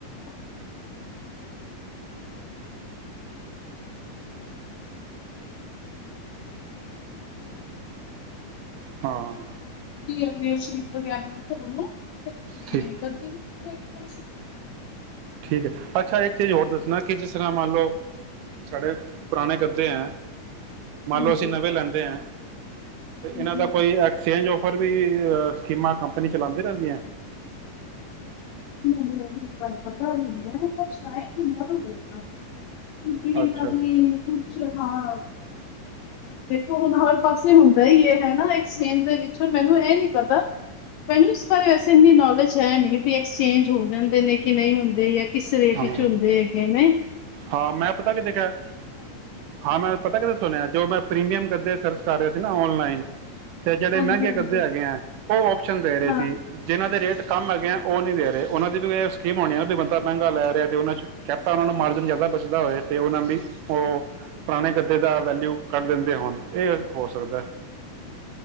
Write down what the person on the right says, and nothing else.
ਹਾਂ
ਠੀਕ
ਠੀਕ ਹੈ, ਅੱਛਾ ਇੱਕ ਚੀਜ਼ ਹੋਰ ਦੱਸਣਾ ਕਿ ਜਿਸ ਤਰ੍ਹਾਂ ਮੰਨ ਲਿਓ, ਸਾਡੇ ਪੁਰਾਣੇ ਗੱਦੇਹੈ ਮੰਨ
ਲਓ ਅਸੀਂ ਨਵੇਂ ਲੈਂਦੇ ਹੈ
ਤੇ ਇਹਨਾਂ ਦਾ
ਕੋਈ ਐਕਸਚੇਂਜਫ ਫੇਰ ਵੀ ਸਕੀਮਾਂ ਕੰਪਨੀ ਚਲਾਂਦੀ ਰਹਿੰਦੀਆਂ
ਅੱਛਾ
ਹਾਂ
ਹਾਂ ਮੈਂ ਪਤਾਂ ਕਿਤੇ ਕਿਹਾ। ਹਾਂ ਮੈਂ ਪਤਾਂ ਕਿਤੇ ਸੁਣਿਆਂ ਜੋ ਮੈਂ ਪ੍ਰੀਮੀਅਮ ਕਰ। ਤੇ ਸਰਚ ਕਰ ਰਿਹਾਂ ਸੀ ਨਾ ਔਨਲਾਈਨ। ਤੇ ਜਿਹੜੇ
ਮਹਿੰਗੇ
ਗੱਦੇ ਹੈਗੇ ਹੈਂ। ਉਹ ਆਪਸ਼ਨ ਦੇ ਰਹੇਂ
ਸੀ। ਜਿਹਨਾਂ ਦੇ ਰੇਟ। ਕੰਮ ਹੈਗੇ ਉਹ ਨਹ ਦੇ ਰਹੇ ਉਹਨਾਂ ਦੀ ਵੀ ਸਕੀਮ ਆਉਣੀ ਆ ਵੀ ਬੰਦਾ ਮਹਿੰਗਾ ਲ਼ੈ ਰਿਹਾਂ ਤੇ ਉਹਨਾਂ ਚ ਕਹਿ‌ ਤਾਂ ਉਹਨਾਂ ਨੂੰ ਮਾਰਜਨ ਜ਼ਿਆਦਾ ਬੱਚਦਾ ਹੋਏ। ਤੇ ਉਹਨਾਂ ਵੀ ਉਹ ਪੁਰਾਣੇਂ ਗੱਦੇ ਦਾ ਵੈਲਿਊ ਕੱਢ ਦਿੰਦੇਂ ਹੋਣ ਹੋ ਸਕਦਾਂ।